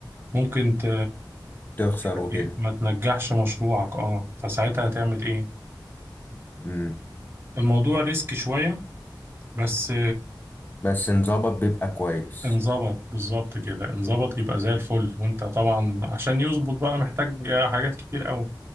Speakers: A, on the right; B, on the left.
A: ممكن ت...
B: تخسر
A: يعني
B: وكده
A: ما تنجحش مشروعك اه فساعتها هتعمل ايه
B: امم
A: الموضوع ريسك شوية بس
B: بس نظبط بيبقى كويس
A: انظبط بالظبط كده انظبط يبقى زي الفل وانت طبعا عشان يظبط بقى محتاج حاجات كتير قوي